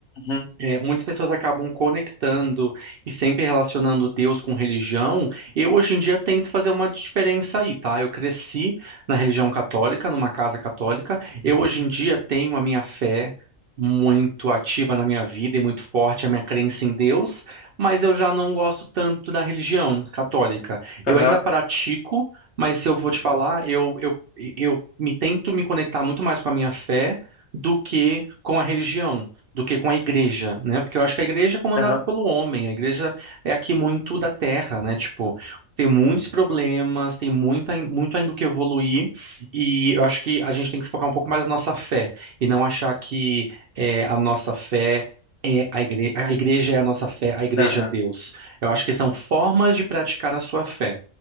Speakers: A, on the left; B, on the right.
A: Uhum,
B: É, muitas pessoas acabam conectando e sempre relacionando Deus com religião. Eu, hoje em dia, tento fazer uma diferença aí, tá? Eu cresci na religião católica, numa casa católica. Eu, hoje em dia, tenho a minha fé muito ativa na minha vida e muito forte a minha crença em Deus, mas eu já não gosto tanto da religião católica. Eu
A: aham,
B: ainda pratico, mas se eu vou te falar, eu, eu, eu me tento me conectar muito mais com a minha fé do que com a religião do que com a igreja, né? Porque eu acho que a igreja é comandada
A: aham,
B: pelo homem, a igreja é aqui muito da terra, né? Tipo, tem muitos problemas, tem muito, ain- muito ainda o que evoluir, e eu acho que a gente tem que se focar um pouco mais na nossa fé, e não achar que é, a nossa fé é a igreja, a igreja é a nossa fé, a igreja
A: aham.
B: é Deus. Eu acho que são formas de praticar a sua fé,